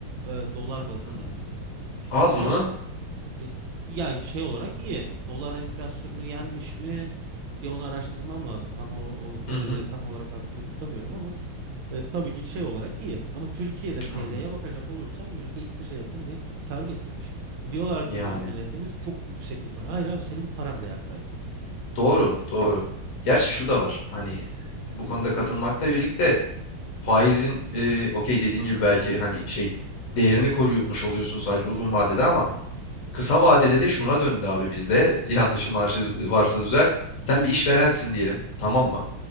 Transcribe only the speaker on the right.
e, dolar bazında.
Ama
e, Ya şey olarak iyi. Dolar enflasyonunu yenmiş mi? Bir onu araştırmam lazım. Tam o, o verileri
tam olarak aklımda tutamıyorum ama e, tabii ki şey olarak iyi. Ama Türkiye'de TL'ye
bakacak olursan yüzde iki yüz'e yakın bir kar getirmiş. Diyorlar ki
bizim milletimiz çok yüksek bir para. Hayır abi senin paran değer kaybı.